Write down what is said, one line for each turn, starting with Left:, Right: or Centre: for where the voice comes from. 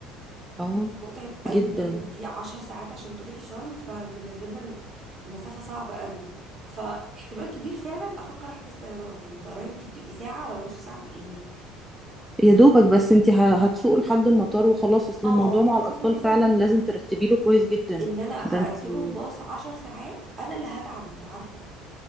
Centre: اه
Right: متعب قوي
Centre: جدا
Right: يعني انتي عشر ساعات عشان تروحي شرم فبالنسبة لنا المسافة صعبة قوي فاحتمال كبير فعلا افكر احجز طيران يعني الطيران انتي بتبقي ساعة ولا نص ساعة بتبقي هناك
Centre: يا دوبك بس انت ه- هتسوقوا لحد المطار وخلاص اصل
Right: اه
Centre: الموضوع
Right: هو
Centre: مع
Right: الفكرة
Centre: الاطفال
Right: كلها
Centre: فعلا
Right: تبقى
Centre: لازم ترتبي له كويس جدا
Right: ان انا اركبهم
Centre: ده انت <laughs>
Right: باص عشر ساعات انا اللي هتعب انتي عارفة